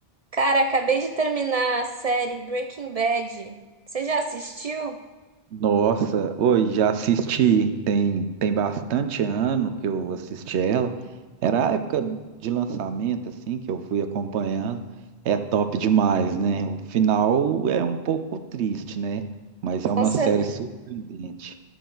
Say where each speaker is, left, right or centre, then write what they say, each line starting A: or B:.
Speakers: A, on the right; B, on the right.
A: Cara, acabei de terminar a série Breaking Bad. Você já assistiu?
B: Nossa, oi, já assisti, tem, tem bastante ano que eu assisti ela. Era a época de lançamento, assim, que eu fui acompanhando. É top demais, né? O final é um pouco triste, né? Mas
A: Com
B: é uma
A: certeza.
B: série surpreendente.